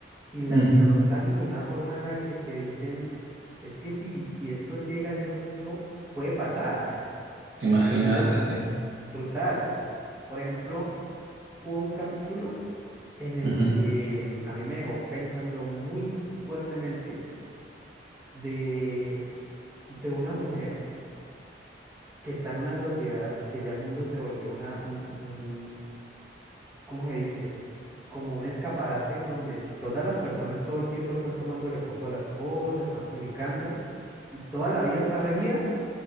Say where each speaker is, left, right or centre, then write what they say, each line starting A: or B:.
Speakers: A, on the right; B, on the right.
A: y la
B: uh
A: explotan
B: -huh.
A: de una forma en la que te dicen, es que si, si esto llega a ese punto, puede pasar. <laughs>
B: ¿te imaginas?
A: Y Yo digo,
B: Es que,
A: brutal. Por ejemplo, hubo un capítulo en el
B: uh -huh.
A: que mm, a mí me dejó pensando muy fuertemente de, de una mujer que está en una sociedad que ya el mundo se volvió una, un, ¿cómo se dice? Como un escaparate donde todas las personas todo el tiempo están tomándole foto a las cosas, están publicando y toda la vida está regida